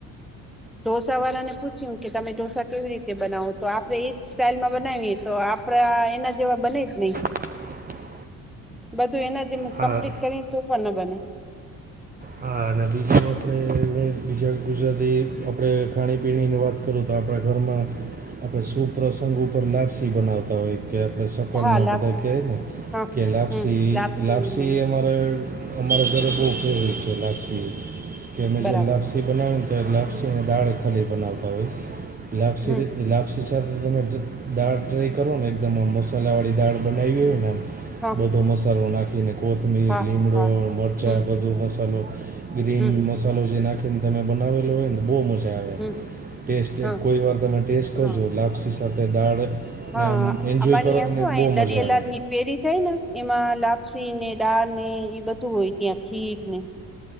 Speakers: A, in the centre; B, on the right.
A: ઢોસા વાળા ને પૂછ્યું કે તમે ઢોસા કેવી રીતે બનાવો, તો આપણે ઈજ સ્ટાઈલમાં બનાવીએ તો આપડે એના જેવા બને જ ની
B: <inaudible>
A: બધું એના જેમ
B: હા
A: કમ્પ્લીટ કરી તો પણ ન બને
B: હા, અને બીજું આપણે બીજા ગુજરાતી આપણે ખાણીપીણીની વાત કરું તો આપણા ઘરમાં આપણે સુપ્રસંગ ઉપર લાપસી બનાવતા હોય કે આપણે સકન
A: હા
B: ના
A: લાપસી
B: બધા કહેય ને
A: હા
B: કે લાપસી,
A: હમ
B: લાપસી
A: ને
B: અમારા ઘરે બવ ફેવરેટ છે, લાપસી કે અમે જે
A: બરાબર
B: બનાવતા હોય ને ત્યારે ખાલી લાપસીને દાળ જ બનાવતા હોઈ લાપસી
A: હમ
B: <unintelligible> <unintelligible> તમે દાળ ટ્રાય કરો ને એકદમ આ મસાલાવાળી દાળ બનાવી હોય ને
A: હા
B: બધો મસાલો નાખીને કોથમીર,
A: હા
B: લીમડો,
A: હા
B: મરચાં,
A: હમ
B: બધો મસાલો ગ્રીન
A: હમ
B: મસાલો જે નાખીને તમે બનાવેલો હોય ને બહુ મસ્ત
A: હમ
B: <unintelligible>
A: હા
B: કોઈ વાર તમે ટેસ્ટ કરજો
A: હા
B: લાપસી સાથે દાળ
A: હા,
B: ને આમ એન્જોય
A: અમાણી
B: કરો અને
A: છો
B: બહુ
A: દરિયાલાલની
B: મજા આવે
A: પેરી થાય ને એમાં લાપસી ને ડાળ ને એ બધું હોય, ત્યાં ખીર ને